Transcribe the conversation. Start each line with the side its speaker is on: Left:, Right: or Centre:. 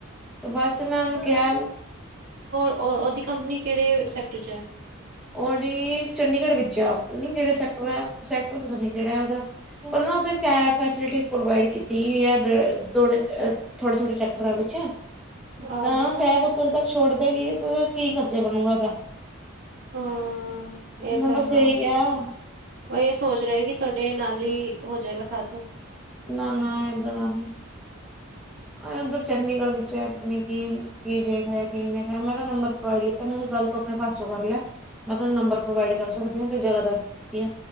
Centre: ਤੇ ਬਸ ਮੈ ਓਨੂੰ ਕਿਆ
Right: ਓ ਓਦੀ ਕੰਪਨੀ ਕੇੜੇ ਸੈਕਟਰ ਚ ਐ।
Centre: ਓਦੀ ਚੰਡੀਗੜ੍ਹ ਵਿਚ ਆ ਪਤਾ ਨੀ ਕੇੜੇ ਸੈਕਟਰ ਐ ਸੈਕਟਰ ਪਤਾ ਨੀ ਕੇੜੈ ਓਦਾ। ਪਰ ਨਾ ਓਥੇ ਕੈਬ ਫੈਸੀਲਿਟੀਜ਼ ਪ੍ਰੋਵਾਈਡ ਕੀਤੀ ਹੋਈ ਐ ਥੋੜੇ-ਥੋੜੇ ਸੈਕਟਰਾਂ ਵਿਚ
Right: ਆਹੋ
Centre: ਤਾਂ
Right: ਹਾਂ
Centre: ਕੈਬ ਉਤਰ ਤੱਕ ਛੋੜਦੇਗੀ ਤੇ ਕੀ ਖਰਚਾ ਬਨੂਗਾ ਓਦਾ।
Right: ਹਾਂ ਏ
Centre: ਮੈਂ
Right: ਤਾਂ
Centre: ਬਸ
Right: ਹੈਗਾ,
Centre: ਇਹੀ ਕਿਹਾ
Right: ਓਈ ਸੋਚ ਰਏਗੀ ਤਾਡੇ ਨਾਲ ਈ ਹੋ ਜਾਏਗਾ ਸਾਧਨ।
Centre: ਨਾ-ਨਾ ਐਦਾਂ ਦਾ ਨੀ। ਆ ਏਦਰ ਚੰਡੀਗੜ੍ਹ ਵਿਚ ਐ ਪਤਾ ਨੀ ਕੀ ਕੀ ਦੇਖ ਰਿਆ ਕੀ ਨੀ ਦੇਖ ਰਿਆ ਮੈਂ ਤਾ ਨੰਬਰ ਪ੍ਰੋਵਾਈਡ ਕੀਤਾ ਮੈ ਕਿਆ ਗੱਲ ਤੂੰ ਆਪਣੇ ਪਾਸੋਂ ਕਰ ਲੈ ਮੈ ਤੈਨੂੰ ਨੰਬਰ ਪ੍ਰੋਵਾਈਡ ਕਰ ਸਕਦੀ ਹ, ਤੇ ਜਗ੍ਹਾ ਦੱਸ ਸਕਦੀ ਹਾਂ।